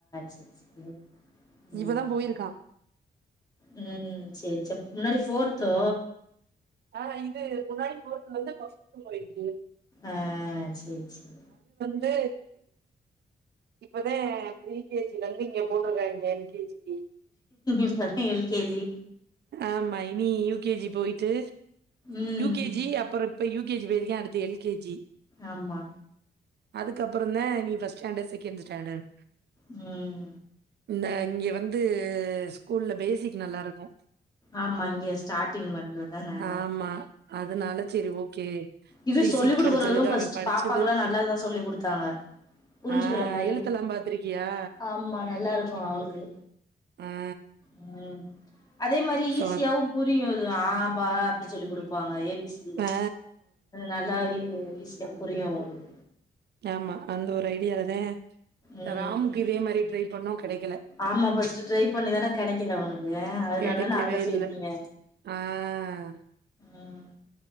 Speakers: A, on the left (about 20°); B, on the right (about 75°).
A: செரி செரி ஹ்ம்ம்
B: இப்பதா போயிருக்கா
A: உம் சேரி சேர் முன்னாடி ஃபோர்த்தோ
B: ஆஹ் இது முன்னாடி ஃபோர்த்துல இருந்து இப்ப ஃப்பித்து போயிருக்குது
A: ஆஹ் சேரி சேரி
B: இது இப்பதா ப்ரீ கே ஜி லெந்து இங்க போட்டு இருக்காங்க எல் கே ஜி க்கு
A: இப்பதா எல் கே ஜி
B: ஆமா இனி யூ கே ஜி போயிட்டு
A: ம்
B: யூ கே ஜி அப்றோ இப்ப யூ கே ஜி போயிருக்கான் அடுத்து எல் கே ஜி
A: ஆமா
B: அதுக்கப்புறோ தா நீ first first standard second standard
A: உம்
B: இந்த இங்க வந்து ஸ்கூல்ல பேசிக் நல்லா இருக்கோ
A: ஆமா இங்க ஸ்டார்டிங் பண்றது தானே
B: ஆமா அதனால சேரி ஓகே
A: இது
B: ஃப்ரீ
A: சொல்லிக்
B: சீட்
A: கொடுக்குறதோ
B: கெடச்சதுக்கு
A: ஃபர்ஸ்ட்
B: அவ படிச்சது
A: பாப்பாக்கு எல்லா
B: கப்
A: நல்லாதா சொல்லி கொடுத்தாங்க புரிஞ்சுக்கிற
B: ஆ
A: மாரி
B: எழுத்தெல்லா பாத்திருக்கியா
A: ஆமா நல்லா இருக்கோ அவளுக்கு
B: ஆ
A: உம் அதே மாரி
B: சோ
A: ஈஸியாவு புரியு ஆ பா சொல்லி கொடுப்பாங்க ஏ பி சி
B: ஆ
A: நல்லாவே ஈசியா புரியோ அவுளுக்
B: ஆமா அந்த ஒரு ஐடியாலதா
A: ம்
B: ராம்க்கு இதே மாரி ட்ரை பண்ணோ கெடைக்கல
A: ஆமா ஃபர்ஸ்ட்டு ட்ரை பண்ணிதான கெடைக்கல உனக்கு அதனால
B: கிடைக்கவே
A: தான அங்க சேத்தீங்க
B: இல்ல ஆஹ்
A: ம்